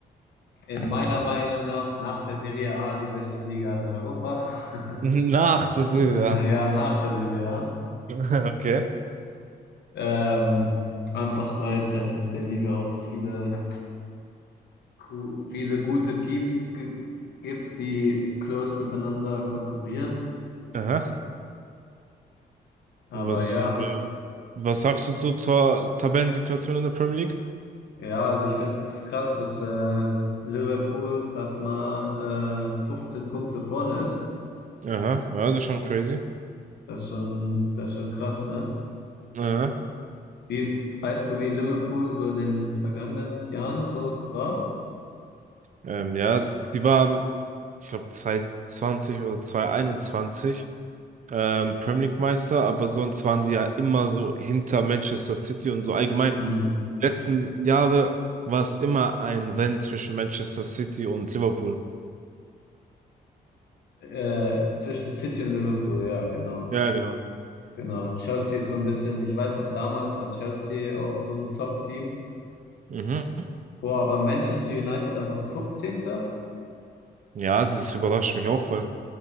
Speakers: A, on the left; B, on the right.
A: in meiner Meinung nach nach der Serie A die beste Liga in Europa. <laughs>
B: <laughs> Nach der Serie,
A: Ja,
B: ja.
A: nach der Serie A.
B: <laughs> Okay.
A: Ähm, einfach weil es halt in der Liga auch viele, gu- viele gute Teams ge- gibt, die close miteinander konkurrieren.
B: Aha.
A: Aber
B: Was,
A: ja,
B: ähm, was sagst du so zur Tabellensituation in der Premier League?
A: ja, also ich finde es krass, dass äh, Liverpool gerade mal äh, 15 Punkte vorne ist.
B: Aha, ja, das ist schon crazy.
A: Das ist schon, das ist schon krass, ne?
B: Aha.
A: Wie weißt du, wie Liverpool so in den vergangenen Jahren so war?
B: Ähm, ja, die waren, ich glaube, zwanzig zwanzig oder 2021 ähm, Premier League Meister, aber sonst waren die ja immer so hinter Manchester City und so allgemein
A: Hm.
B: Die letzten Jahre war es immer ein Rennen zwischen Manchester City und Liverpool.
A: Äh, zwischen City und Liverpool, ja, genau.
B: Ja, genau.
A: Genau. Chelsea ist so ein bisschen, ich weiß noch, damals war Chelsea auch so ein Top-Team.
B: Mhm.
A: Boah, aber Manchester United einfach 15.
B: Ja, das überrascht mich auch voll.